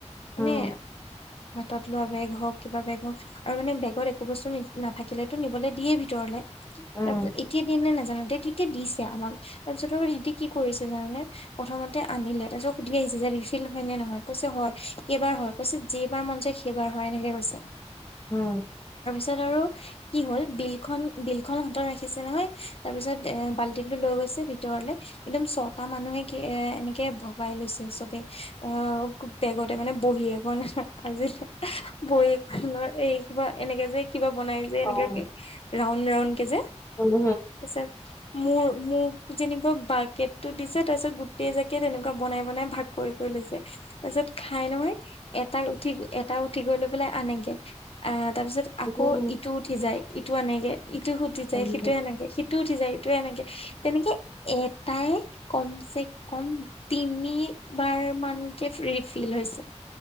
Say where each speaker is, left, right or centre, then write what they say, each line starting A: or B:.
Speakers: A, on the left; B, on the left.
A: মানে
B: উম,
A: তত লোৱা বেগ হওক কিবা বেগ হওক আৰু মান বেগত একো বস্তু নেকি নাথাকিলেতো নিবলৈ দিয়েই ভিতৰলে
B: উম,
A: তাৰপিত এতিয়া দিন নে নাজানো দে দিছে আমাক তাৰপিছত। স কি কৰিছিল তাৰানে প্ৰথমতে আনিলে তাৰ পিছত সুধি আহিছে যে ৰিফিল হয় নে নহয় কৈছে হয় কেইবাৰ হয় কৈছে য বাৰ মন যায় সেইবাৰ হয় এনেকে কৈছে।
B: উম
A: তাত আৰু কি হ'ল বিল খন বিল খন হাতত ৰাখিছে নহয় তাৰ পিছত এ বাল লৈ গৈছে ভিত ভিতৰত লে একদম ছটা মানুহে কি এ এনেকে ভগাই লৈছে চবে, অ' বেগতে মানে বহী এখন আছিলে বহীখনৰ এই কিবা এনেকে যে কিবা বনাই যে, এনেক
B: অ',
A: ৰাউণ্ড ৰাউণ্ড কে যে তাৰ
B: উম,
A: পিছত মোৰ মো মোক যেনেকোৱা বাহকেট তো দিছে, তাৰপিছত গোটেই জাগ কেত তেনেকুৱা বনাই, বনাই ভাগ কৰি কৰি লৈছে। তাৰপিছত খাই নহয়, এটা উঠি এটা উঠি গৈ লৈ পেলাই আনেগে। আহ তাৰ পিছত আকৌ
B: উম,
A: ইটো উঠি যায় ইটো আনেগে, ইটো উঠি যায়
B: উম।
A: সিটোয়ে আনেগে, সিটো উঠি যায় ইটোয়ে আনেগে। <unintelligible> এটাই- কমছে ক'ম তিনি বাৰ মানকে ৰিফিল হৈছে।